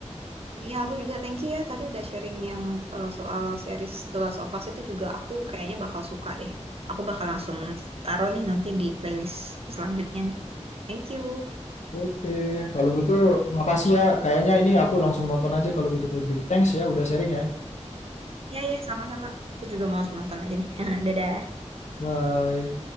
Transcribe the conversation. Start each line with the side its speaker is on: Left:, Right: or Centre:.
Right: Iya, aku juga thank you ya tadi udah sharing yang eh, soal series The Last of Us itu juga aku kayaknya bakal suka deh. Aku bakal langsung taruh nih nanti di playlist selanjutnya nih. Thank you.
Left: Oke, kalau gitu makasih ya. Kayaknya ini aku langsung nonton aja kalau gitu Febri. Thanks ya udah sharing ya.
Right: Ya ya, sama-sama. Aku juga mau langsung nonton aja nih. <laughs> Dadah.
Left: Bye.